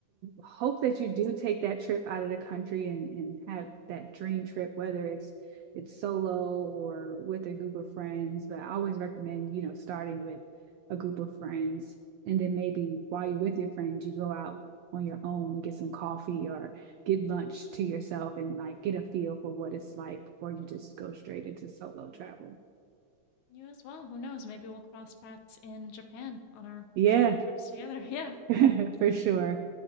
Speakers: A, on the right (about 90°); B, on the left (about 75°).
A: hope that you do take that trip out of the country and, and have that dream trip, whether it's it's solo or with a group of friends. But I always recommend, you know, starting with a group of friends. And then maybe while you're with your friends, you go out on your own and get some coffee or get lunch to yourself and like get a feel for what it's like before you just go straight into solo travel.
B: You as well. Who knows? Maybe we'll cross paths in Japan on our
A: Yeah,
B: solo trips together. <laughs> Yeah.
A: <laughs> For sure.